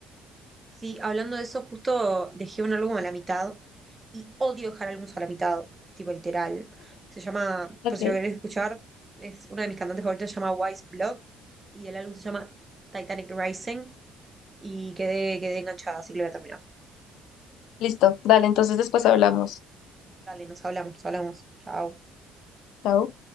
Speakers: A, on the right (about 15°); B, on the left (about 80°).
A: Sí, hablando de eso, justo dejé un álbum a la mitad y odio dejar álbumes a la mitad, tipo literal. Se llama,
B: Ok,
A: por si lo querés escuchar, es una de mis cantantes favoritas, se llama Wise Blood y el álbum se llama Titanic Rising y quedé, quedé enganchada, así que lo voy a terminar.
B: listo, dale, entonces después hablamos.
A: Dale, nos hablamos, nos hablamos. Chao.
B: chao